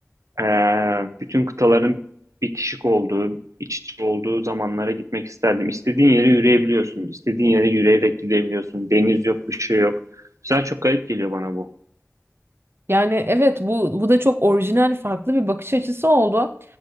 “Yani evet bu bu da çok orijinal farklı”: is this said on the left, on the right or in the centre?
Right